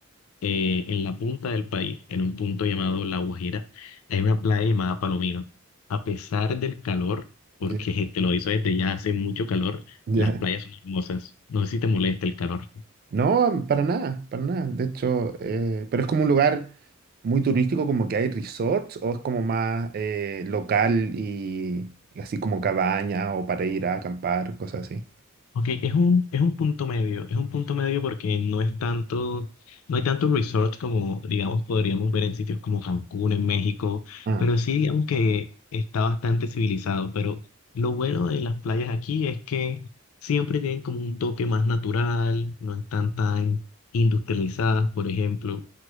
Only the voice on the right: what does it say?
ya,
ya.
No, para nada, para nada. De hecho, eh, pero es como un lugar muy turístico, como que hay resorts, o es como más eh, local y, y así como cabaña o para ir a acampar, cosas así.
Ah,